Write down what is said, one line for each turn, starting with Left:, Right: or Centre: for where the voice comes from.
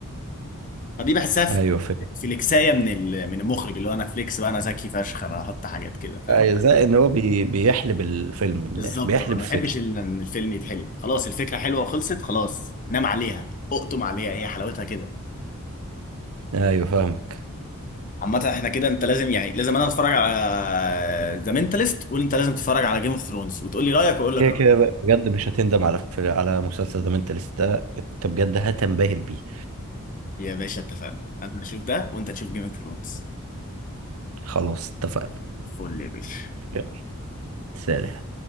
Left: <laughs> فدي بحسها في
Right: ايوه فاهم
Left: في الاكسايه من ال- من المخرج اللي هو انا فليكس بقى انا ذكي فشخ انا هحط حاجات كده فاهم
Right: ايوه زي ان هو بي... بيحلب الفيلم من الاخر
Left: بالظبط
Right: بيحلب
Left: انا ما
Right: الفكرة
Left: بحبش ال- ان الفيلم يتحلب خلاص الفكره حلوه وخلصت خلاص نام عليها اقطم عليها هي حلاوتها كده
Right: ايوه فاهمك
Left: عامة احنا كده انت لازم يعني لازم انا اتفرج على ذا مينتاليست وقول انت لازم تتفرج على جيم اوف ثرونز وتقول لي رايك واقول لك
Right: كده
Left: رايي
Right: كده بقى، بجد مش هتندم على فيلم- على مسلسل ذا منتلست ده انت بجد هتنبهر بيه
Left: يا باشا اتفقنا انا هشوف ده وانت تشوف جيم اوف ثرونز
Right: خلاص اتفقنا
Left: فل يا باشا
Right: يلا سلام